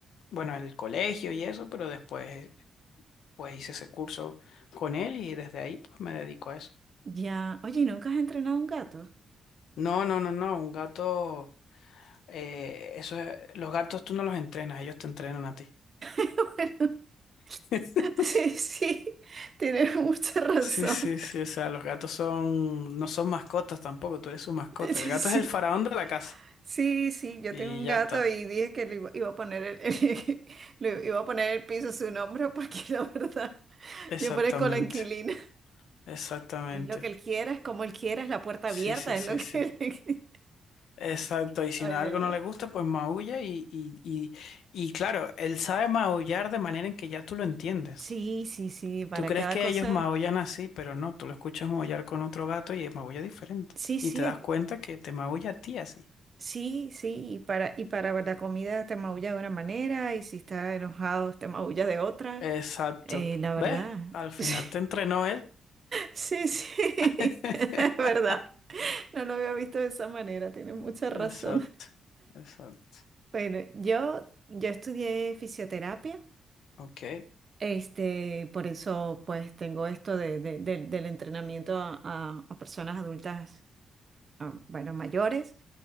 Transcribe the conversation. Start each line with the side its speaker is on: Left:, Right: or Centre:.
Left: bueno, el colegio y eso, pero después pues hice ese curso con él y desde ahí pues me dedico a eso.
Right: Ya, oye, ¿y nunca has entrenado un gato?
Left: No, no, no, no. Un gato, eh, eso es- los gatos tú no los entrenas, ellos te entrenan a ti.
Right: <laughs>
Left: <laughs>
Right: Sí, sí, tienes mucha razón.
Left: Sí, sí, sí.
Right: <laughs>
Left: O sea, los gatos son, no son mascotas tampoco, tú eres su mascota.
Right: Sí,
Left: El gato
Right: sí,
Left: es el faraón de la casa.
Right: sí, sí. yo
Left: Y
Right: tengo un
Left: ya
Right: gato
Left: está.
Right: y dije que le iba, iba a poner el, <laughs> el- le iba a poner el piso su nombre porque <laughs> la verdad,
Left: Exactamente.
Right: yo parezco la inquilina.
Left: Exactamente.
Right: Es lo que él quiera, es como él quiera, es la puerta
Left: Sí,
Right: abierta,
Left: sí,
Right: es
Left: sí,
Right: lo que
Left: sí.
Right: él...
Left: Exacto. Y si
Right: <laughs> Oye,
Left: no- algo
Right: oye.
Left: no le gusta, pues maulla y, y, y, y claro, él sabe maullar de manera en que ya tú lo entiendes.
Right: Sí, sí, sí, para
Left: Tú crees
Right: cada
Left: que
Right: cosa.
Left: ellos maullan así, pero no, tú lo escuchas maullar con otro gato y maulla diferente.
Right: Sí, sí,
Left: Y te das cuenta que te maulla a ti así.
Right: Sí, sí, y para, y para la comida te maulla de una manera, y si está enojado te maulla de otra.
Left: Exacto.
Right: Eh, la verdad.
Left: ¿Ves? Al final
Right: <laughs>
Left: te entrenó él.
Right: Sí, sí,
Left: <laughs>
Right: sí, <laughs> es verdad. No lo había visto de esa manera, tienes mucha razón.
Left: Exacto. Exacto.
Right: Bueno, yo, yo estudié fisioterapia,
Left: Ok.
Right: este, por eso pues tengo esto de, de- de- del entrenamiento a, a- a personas adultas, a- bueno, mayores,